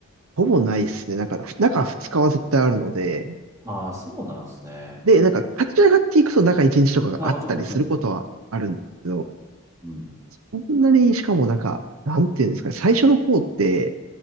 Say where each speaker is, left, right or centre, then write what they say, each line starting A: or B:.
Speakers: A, on the right; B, on the right.
A: ほぼないですね。なんか、ふ中2日は絶対あるので、
B: ああ、そうなんですね。
A: で、なんか、勝ち上がっていくと中1日とかがあったりすることはあるんですけど、
B: あ、もちろん、もちろん、そうなります。うん。うん。
A: こんなに、しかもなんか、なんていうんですかね、最初の方って、